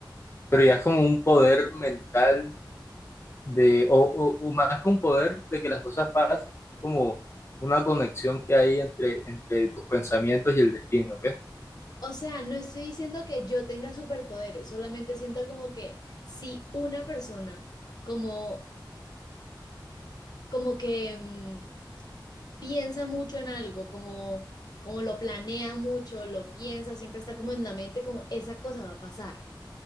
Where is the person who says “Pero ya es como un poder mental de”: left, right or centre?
Left